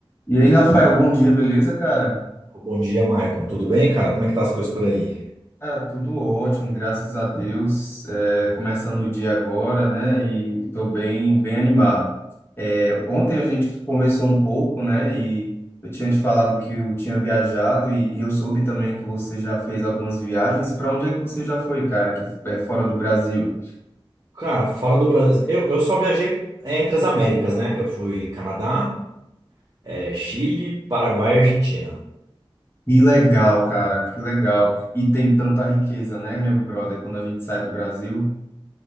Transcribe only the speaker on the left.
E aí, Rafael, bom dia, beleza, cara?
Cara, tudo ótimo, graças a Deus. É, começando o dia agora, né? E estou bem, bem animado. É, ontem a gente conversou um pouco, né? E eu tinha te falado que eu tinha viajado e, e eu soube também que você já fez algumas viagens. Para onde é que você já foi, cara? Que é fora do Brasil?
Que legal, cara, que legal. E tem tanta riqueza, né, meu brother? Quando a gente sai do Brasil,